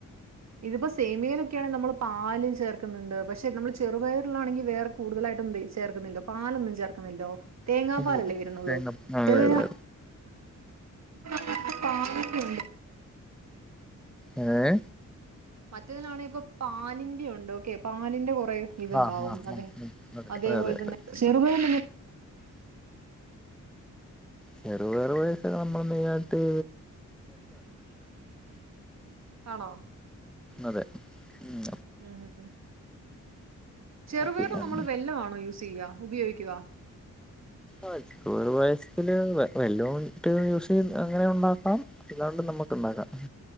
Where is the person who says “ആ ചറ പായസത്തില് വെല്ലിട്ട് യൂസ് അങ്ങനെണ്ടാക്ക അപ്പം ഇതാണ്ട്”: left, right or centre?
Centre